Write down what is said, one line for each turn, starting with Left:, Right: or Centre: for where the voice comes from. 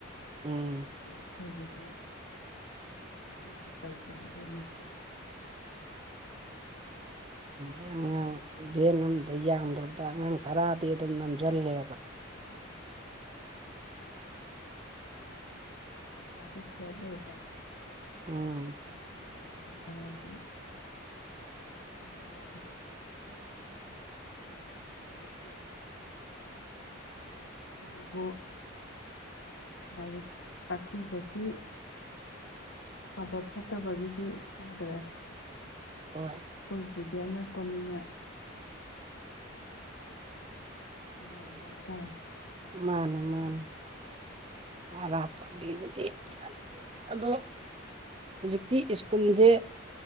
Right: ꯎꯝ
Left: ꯑꯗꯨꯕꯨ ꯑꯩꯈꯣꯏꯒꯤꯗꯤ ꯑꯗꯨꯗꯤ ꯇꯧꯗ꯭ꯔꯦ ꯑꯗꯨꯃꯛꯇꯤ ꯑꯥ
Right: <unintelligible> ꯑꯉꯥꯡ ꯚꯦꯟ ꯑꯝꯗ ꯌꯥꯝꯗ꯭ꯔꯕꯗ ꯑꯉꯥꯡ ꯇꯔꯥꯗꯤ ꯑꯗꯨꯝ ꯅꯝꯁꯤꯜꯂꯦꯕ
Left: ꯎꯝ ꯄꯩꯁꯥꯁꯨ ꯁꯦꯕ ꯑꯣꯏꯕ
Right: ꯎꯝ
Left: ꯎꯝ ꯚꯦꯟ ꯚꯥꯔꯗꯤ <unintelligible> ꯍꯥꯏꯔꯦ ꯃꯥꯅꯨ ꯃꯥꯅꯨ ꯆꯥꯗꯦ ꯆꯥꯛ ꯑꯗꯨꯕꯨ ꯂꯥꯏꯔꯤꯛ ꯇꯥꯛꯄꯤꯕꯒꯤ ꯑꯐꯕ ꯐꯠꯇꯕꯒꯤꯗꯤ ꯈꯪꯗ꯭ꯔꯦ
Right: ꯍꯣꯏ
Left: ꯁ꯭ꯀꯨꯜꯒꯤꯗꯤ ꯑꯅꯛꯄꯅꯤꯅ ꯅꯨꯡꯉꯥꯏꯔꯦ ꯍꯥꯏꯇꯥꯔꯦ
Right: ꯃꯥꯅꯦ ꯃꯥꯅꯦ <unintelligible> ꯑꯗꯣ ꯍꯧꯖꯤꯛꯇꯤ ꯁ꯭ꯀꯨꯜꯁꯦ